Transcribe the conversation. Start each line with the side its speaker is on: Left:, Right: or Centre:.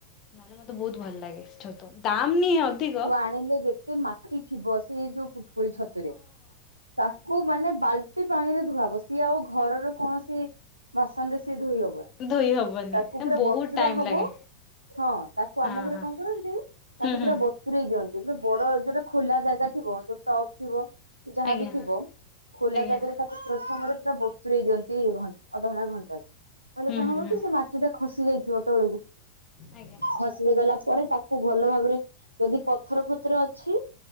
Left: ନହେଲେ ମତେ ବହୁତ୍ ଭଲ ଲାଗେ ଛତୁ ଦାମ ନିଏ ଅଧିକ
Right: ଆଣିିଲେ ଯେ ଗେ ମାଟି ଥିବ ସେଇ ଯୋଉ ପୁଟକୁଳି ଛତୁରେ ତାକୁ ମାନେ ବାଲ୍ଟି ପାଣିରେ ଧୁଆହବ ସିଏ ଆଉ ଘରର କୌଣସି ବାସନରେ ସିଏ ଧୋଇହବନି।
Left: ଧୋଇ ହବନି
Right: ତାକୁ ପୁରା
Left: ବହୁତ
Right: ବତୁରା
Left: ଟାଇମ
Right: ହବ
Left: ଲାଗେ
Right: ହଁ ତାକୁ
Left: ହଁ
Right: ଆମ ଘରେ
Left: ହଁ
Right: କଣ କରନ୍ତି ତାକୁ
Left: ହୁଁ
Right: ପୁରା
Left: ହୁଁ
Right: ବତୁରେଇ ଦିଅନ୍ତି ପୁରା ବଡ଼ ଯୋଉଟା ଖୋଲା ଜାଗା ଥିବ ଯୋଉ ଟପ୍ ଥିବ ଯାହାବି
Left: ଆଜ୍ଞା
Right: ଥିବ ଖୋଲା
Left: ଆଜ୍ଞା
Right: ଜାଗାରେ ତା ପ୍ରଥମରେ ପୁରା ବତୁରରେଇ ଦିଅନ୍ତି ଘ ଅଧଘଣ୍ଟା ଘଣ୍ଟାଟେ କଲେ
Left: ହୁଁ
Right: କଣ
Left: ହୁଁ
Right: ହବକି
Left: ହୁଁ
Right: ସେମାଟିଟା ଖସି ଯାଇଥିବ ତଳକୁ
Left: ଆଜ୍ଞା
Right: ଖସି ଗଲା ପରେ ତାକୁ କୁ ଭଲ ଭାବରେ ଯଦି ପଥର ଫଥର ଅଛି